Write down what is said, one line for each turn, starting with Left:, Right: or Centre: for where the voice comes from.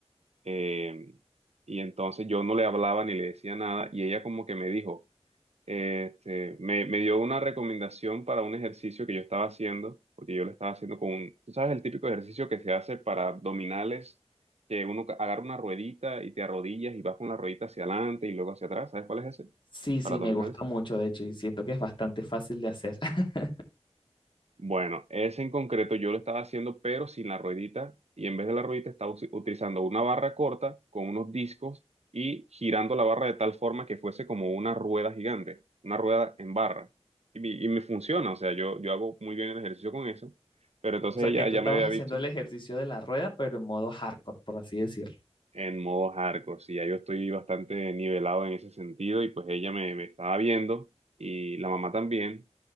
Right: eh, y entonces yo no le hablaba ni le decía nada, y ella como que me dijo, eh, este, me, me dio una recomendación para un ejercicio que yo estaba haciendo, porque yo lo estaba haciendo con un, tú sabes, el típico ejercicio que se hace para abdominales, que uno ca- agarra una ruedita y te arrodillas y vas con la ruedita hacia adelante y luego hacia atrás, ¿sabes cuál es ese?
Left: Sí, sí,
Right: Para abdominales.
Left: me gusta mucho, de hecho, y siento que es bastante fácil de hacer. <laughs>
Right: Bueno, ese en concreto yo lo estaba haciendo, pero sin la ruedita, y en vez de la ruedita estaba us- utilizando una barra corta con unos discos y girando la barra de tal forma que fuese como una rueda gigante, una rueda en barra. Y, mi- y me funciona, o sea, yo, yo hago muy bien el ejercicio con eso, pero entonces
Left: O sea,
Right: ella
Left: que tú
Right: ya
Left: estabas
Right: me había
Left: haciendo
Right: visto
Left: el ejercicio de la rueda, pero en modo hardcore, por así decirlo.
Right: en modo hardcore, sí, ya yo estoy bastante nivelado en ese sentido, y pues ella me, me estaba viendo, y la mamá también,